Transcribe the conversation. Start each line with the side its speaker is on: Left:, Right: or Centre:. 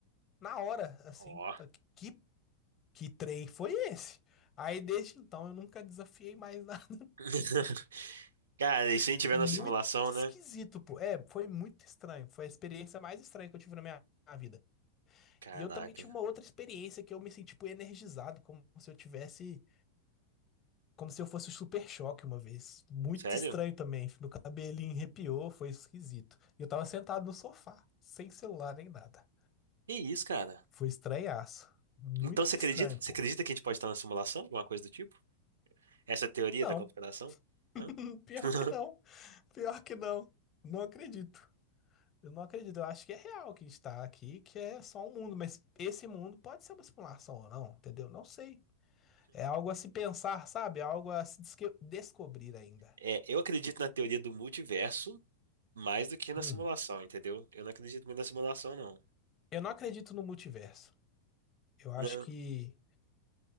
Left: na hora, assim.
Right: Ó.
Left: Falei, que Que trem foi esse? Aí desde então eu nunca desafiei mais nada.
Right: <laughs> Cara, e
Left: <laughs>
Right: se tiver
Left: Muito
Right: na simulação,
Left: esquisito,
Right: né?
Left: pô. É, foi muito estranho. Foi a experiência mais estranha que eu tive na minha na vida.
Right: Caraca.
Left: E eu também tive uma outra experiência que eu me senti, tipo, energizado, como se eu tivesse, como se eu fosse o Super Choque uma vez. Muito
Right: Sério?
Left: estranho também. Meu cabelinho arrepiou, foi esquisito. E eu tava sentado no sofá, sem celular nem nada.
Right: Que isso, cara?
Left: Foi estranhaço. Muito
Right: Então você acredita?
Left: estranho,
Right: Você
Left: pô.
Right: acredita que a gente pode estar na simulação? Alguma coisa do tipo? Essa é a teoria
Left: Não,
Right: da conspiração? Hã?
Left: <laughs> pior
Right: <laughs>
Left: que não. Pior que não. Não acredito. Eu não acredito, eu acho que é real que a gente tá aqui, que é só um mundo, mas esse mundo pode ser uma simulação ou não, entendeu? Não sei. É algo a se pensar, sabe? É algo a se desque- descobrir ainda.
Right: É, eu acredito na teoria do multiverso mais do que na
Left: Hum.
Right: simulação, entendeu? Eu não acredito muito na simulação, não.
Left: Eu não acredito no multiverso. Eu acho
Right: Não.
Left: que,